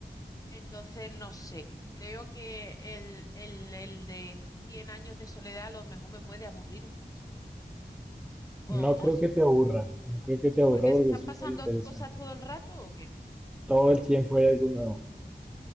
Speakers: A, on the left; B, in the centre.
A: Entonces, no sé, creo que el, el, el de cien años de soledad a lo mejor me puede aburrir un poquito. O,
B: No creo
A: o, s-
B: que te aburra, no creo que te aburra
A: porque
B: porque
A: están
B: es súper
A: pasando
B: interesante.
A: cosas todo el rato, ¿o qué?
B: Todo el tiempo hay algo nuevo.